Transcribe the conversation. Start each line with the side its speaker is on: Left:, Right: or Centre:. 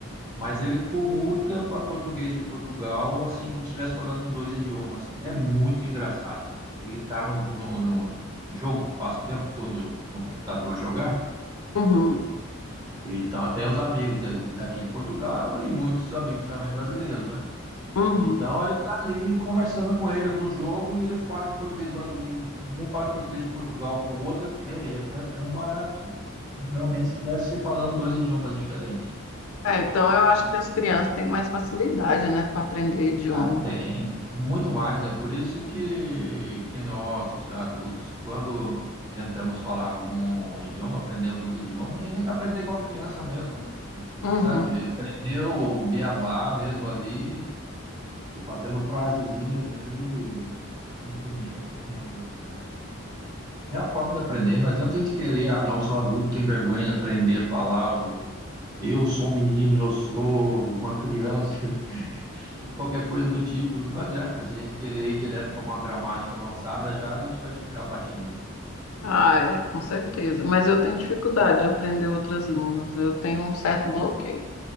Right: mas ele comuta para português de Portugal, assim como se estivesse falando dois idiomas. É muito engraçado. Ele está no, no- no- no jogo que passa o tempo todo no computador a jogar.
Left: uhum,
Right: Então tem os amigos dele daqui de Portugal e muitos amigos também brasileiros, né?
Left: uhum.
Right: Então ele tá ali conversando com eles no jogo e ele fala em português brasileiro com um, fala em português de Portugal com o outro. É, é, é um barato. É como realmente se estivesse falando dois idiomas diferentes.
Left: É, então eu acho que as crianças têm mais facilidade, né, para aprender idioma.
Right: Ah, tem, muito mais. É por isso que, que nós, os adultos, quando tentamos falar algum idioma, aprender algum outro idioma, a gente tem que aprender igual criança mesmo, né?
Left: Uhum.
Right: Sabe? Aprender o beabá mesmo ali, e fazendo frasezinhas mesmo, mesmo sem nexos, mas é, É a forma de aprender. Não adianta a gente querer, ah, não, sou adulto, tenho vergonha de aprender a falar. eu eu sou um menino, eu sou uma criança, <laughs> qualquer coisa do tipo. Não adianta, se a gente querer ir direto para uma gramática avançada, já a gente vai ficar patinando.
Left: Ah, é, com certeza. Mas eu tenho dificuldade de aprender outras línguas. Eu tenho um certo bloqueio.